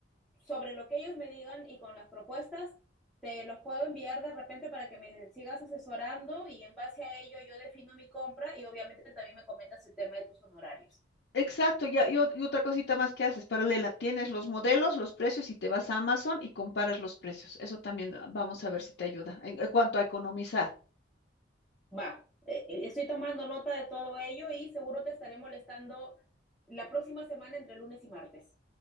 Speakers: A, in the centre; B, on the left.
A: sobre lo que ellos me digan y con las propuestas, te los puedo enviar de repente para que me sigas asesorando y en base a ello yo defino mi compra y obviamente también me comentas el tema de tus honorarios.
B: Exacto, ya, y, ot- y otra cosita más que haces, paralela, tienes los modelos, los precios y te vas a Amazon y comparas los precios. Eso también ah, vamos a ver si te ayuda en, en cuanto a economizar.
A: Va, eh, eh, estoy tomando nota de todo ello y seguro te estaré molestando la próxima semana entre lunes y martes.